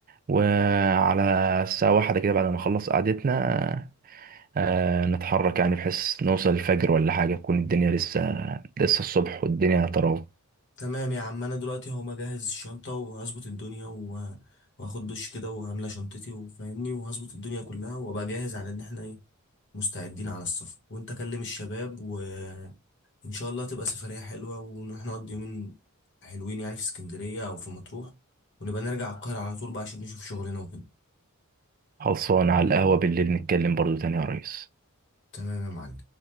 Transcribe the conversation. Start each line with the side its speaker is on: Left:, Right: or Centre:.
Right: وعلى الساعة واحدة كده بعد ما نخلص قعدتنا أه نتحرك يعني بحيث نوصل الفجر ولا حاجة تكون الدنيا لسه لسه الصبح والدنيا تراوح
Left: تمام يا عم انا دلوقتي هو مجهز الشنطه وهظبط الدنيا و- وهاخد دش كده وهملى شنطتي وفاهمني وهظبط الدنيا كلها وابقى جاهز على ان احنا ايه مستعدين على السفر وانت كلم الشباب وان شاء الله تبقى سفريه حلوه ونروح نقضي يومين حلوين يعني في اسكندريه او في مطروح ونبقى نرجع القاهره على طول بقى عشان نشوف شغلنا وكده
Right: خلصانة على القهوة بالليل نتكلم برضه تاني يا ريس
Left: تمام يا معلم